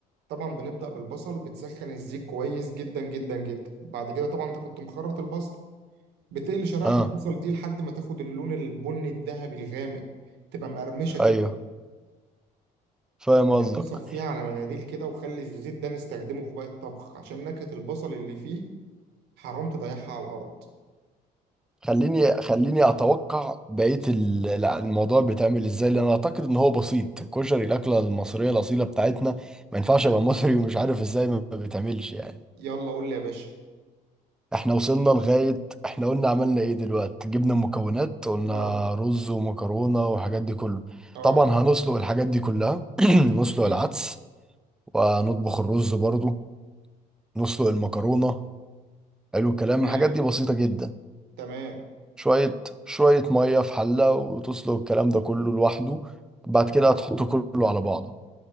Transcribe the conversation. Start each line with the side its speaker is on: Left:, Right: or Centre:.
Right: طبعا بنبدأ بالبصل بتسخن الزيت كويس جدا جدا جدا بعد كده طبعا انت كنت مخرط البصل بتقلي شرايح
Centre: اه
Right: البصل دي لحد ما تاخد اللون البني الذهبي الغامق تبقى مقرمشة كده
Centre: ايوه فاهم
Right: وبعدين
Centre: قصدك
Right: تصفيها على مناديل كده وخلي الزيت ده نستخدمه في باقي الطبخ عشان نكهة البصل اللي فيه حرام تضيعها على الأرض
Centre: خليني خليني اتوقع بقيه ال- لا، الموضوع بيتعمل ازاي لان اعتقد ان هو بسيط الكشري الاكله المصريه الاصيله بتاعتنا ما ينفعش ابقى مصري ومش عارف ازاي ما بيتعملش يعني
Right: يلا قول لي يا باشا
Centre: احنا وصلنا لغايه احنا قلنا عملنا ايه دلوقتي جبنا المكونات قلنا
Right: اه
Centre: رز ومكرونه والحاجات دي كله
Right: اه
Centre: طبعا هنسلق الحاجات دي كلها <clears throat> نسلق
Right: اكيد
Centre: العدس ونطبخ الرز برضو نسلق المكرونه حلو الكلام
Right: تمام
Centre: الحاجات دي بسيطه جدا
Right: تمام
Centre: شوية شوية مية في حلة وتسلق الكلام ده كله لوحده بعد كده هتحطه كله على بعضه